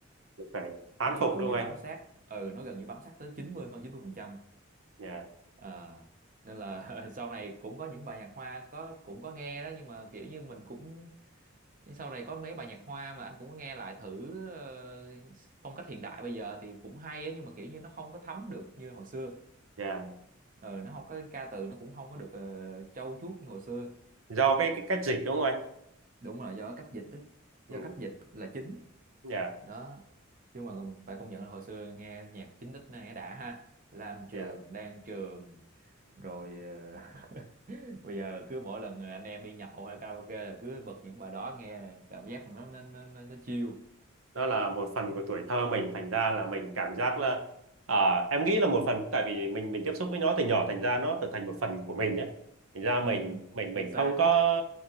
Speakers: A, on the right; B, on the right.
A: phải thán
B: nó
A: phục
B: gần
A: đúng
B: như
A: không anh
B: bám sát ừ nó gần như bám sát tới chín mươi hơn chín mươi phần trăm
A: dạ
B: à, nên là <laughs> sau này cũng có những bài nhạc hoa có cũng có nghe đó nhưng mà kiểu như mình cũng sau này có mấy bài nhạc hoa mà anh cũng có nghe lại thử ờ, phong cách hiện đại bây giờ thì cũng hay á nhưng mà kiểu như nó không có thấm được như hồi xưa
A: dạ
B: ừ, nó không có ca từ nó cũng không có được ờ, trau chuốt như hồi xưa
A: do cái, cái cách dịch đúng không anh
B: đúng là do cách dịch á
A: ừ,
B: do cách dịch là chính
A: dạ
B: đó nhưng mà phải công nhận là hồi xưa nghe nhạc 9x này đã ha Lam Trường,
A: dạ
B: Đan Trường rồi ờ, <laughs> bây giờ cứ mỗi lần anh em đi nhậu hay karaoke là cứ bật những bài đó nghe cảm giác nó nó nó nó, nó chill
A: nó là một phần của tuổi thơ mình thành ra là mình cảm giác là à, em nghĩ là một phần tại vì mình mình tiếp xúc với nó từ nhỏ thành ra nó trở thành một phần của mình nhé thành ra
B: ừ
A: mình mình mình
B: chính xác
A: không có